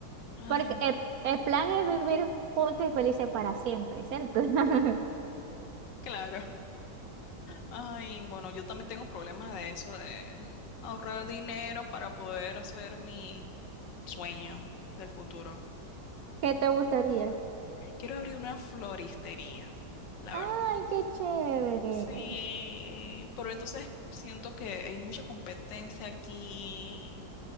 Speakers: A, on the left (about 85°); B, on the right (about 70°).
A: Ay,
B: porque el, el plan es vivir juntos y felices para siempre, ese es el plan.
A: claro. Ay, bueno, yo también tengo problemas de eso, de ahorrar dinero para poder hacer mi sueño del futuro.
B: <laughs> ¿Qué te gustaría?
A: Quiero abrir una floristería, la
B: Ay,
A: verdad.
B: qué chévere.
A: Sí, pero entonces siento que hay mucha competencia aquí.